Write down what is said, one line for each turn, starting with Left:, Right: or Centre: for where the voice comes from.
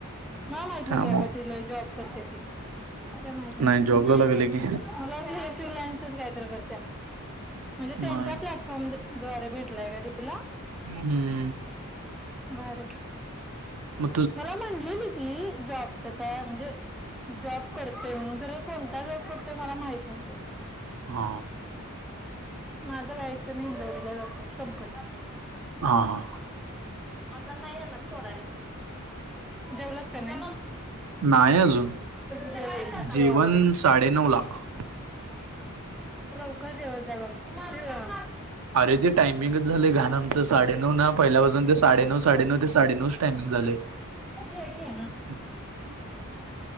Centre: ना माहित
Right: त्यामुळ
Centre: नत बाबा तिला जॉब करते ती काय माहितीग
Right: नाही जॉबला लागले की
Centre: मला वाट फ्रीलान्सच कायत करत म्हणजे
Right: नाही
Centre: त्यांच्या प्लॅटफॉर्म द द्वारे भेटलाय काय तुला.
Right: हम्म
Centre: बरंय
Right: म
Centre: मला म्हणलेली ती जॉबच काय म्हणजे जॉब करतोय म्हणून खर कोणता जॉब करतोय मला माहित नव्हतं.
Right: हा
Centre: माझं काय इथ मी हिंजवडीला जातोय कंपनीत.
Right: हा हा
Centre: आता नाहीणा येणार सोडाय मी जेवलास का नाय.
Right: नाही अजून
Centre: जेव ये जेवायला
Right: जेवण
Centre: लागलोय
Right: साडे नऊ ला. <inaudible>
Centre: लवकर जेवतजा बाबा किती वेळ.
Right: अरेज टाईम मिंगच झालंय घाणआमच साडे नऊ ना पहिल्यापासून ते साडे नऊ, साडे नऊ, ते साडे नऊच टाइमिंग झालंय.
Centre: घे घे
Right: <inaudible>